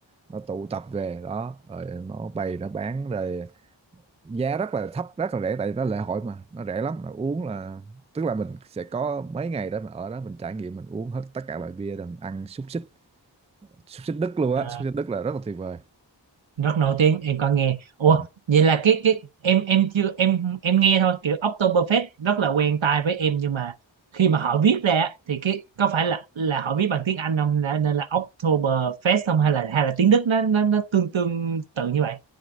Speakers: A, on the right; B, on the right.
A: nó tụ tập về đó rồi nó bày nó bán rồi giá rất là thấp rất là rẻ tại vì nó lễ hội mà nó rẻ lắm là uống là tức là mình sẽ có mấy ngày đó mà ở đó mình trải nghiệm mình uống hết tất cả loại bia rồi mình ăn xúc xích xúc xích Đức luôn
B: Ờ,
A: á xúc xích Đức là rất là tuyệt vời
B: rất nổi tiếng em có nghe ủa
A: ừ.
B: vậy là cái cái em em chưa em em nghe thôi kiểu Oktoberfest rất là quen tai với em nhưng mà khi mà họ viết ra á, thì cái có phải là là họ viết bằng tiếng Anh không nên là Oktoberfest không hay là hay là tiếng Đức nó nó nó tương tương tự như vậy